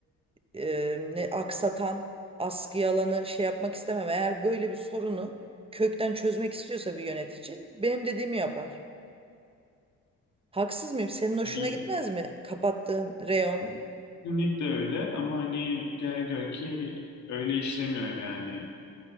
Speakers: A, on the right; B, on the left.
A: e, ne aksatan, askıya alanı şey yapmak istemem. Eğer böyle bir sorunu kökten çözmek istiyorsa bir yönetici benim dediğimi yapar. Haksız mıyım? Senin hoşuna
B: Hani
A: gitmez mi? Kapattığın reyon.
B: kesinlikle öyle ama hani gel gör ki öyle işlemiyor yani.